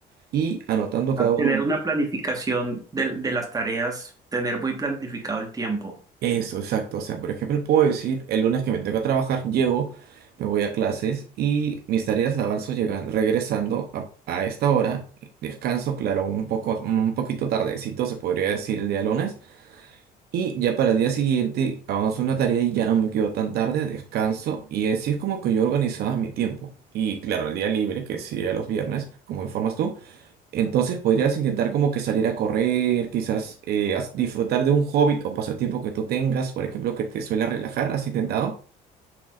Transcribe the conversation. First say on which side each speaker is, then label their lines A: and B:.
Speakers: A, on the right; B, on the right.
A: y anotando cada
B: A Tener
A: uno
B: una planificación de, de las tareas, tener muy planificado el tiempo.
A: Eso, exacto. O sea, por ejemplo, puedo decir, el lunes que me tengo que trabajar, llego, me voy a clases y mis tareas las avanzo llegando, regresando a, a esta hora. Descanso, claro, un poco, un poquito tardecito, se podría decir el día lunes. Y ya para el día siguiente avanzo una tarea y ya no me quedo tan tarde, descanso. Y así es como que yo organizaba mi tiempo. Y claro, el día libre, que sería los viernes, como informas tú. Entonces podrías intentar como que salir a correr, quizás eh, as- disfrutar de un hobby o pasatiempo que tú tengas, por ejemplo, que te suele relajar. ¿Has intentado?